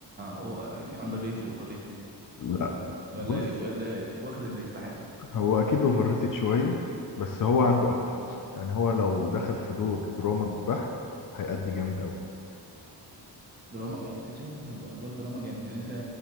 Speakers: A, on the right; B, on the left.
A: هو يعني اندر ريتد اوفر ريتد
B: لا
A: ولا ولا
B: بص
A: ولا واخد اللي يستحقه
B: هو اكيد اوفر ريتد شوية بس هو
A: مم.
B: عنده اكتر يعني هو لو دخل في دور دراما بحت هيأدي جامد قوي
A: دراما يعني انت شايفه في ادوار دراما جامد يعني انت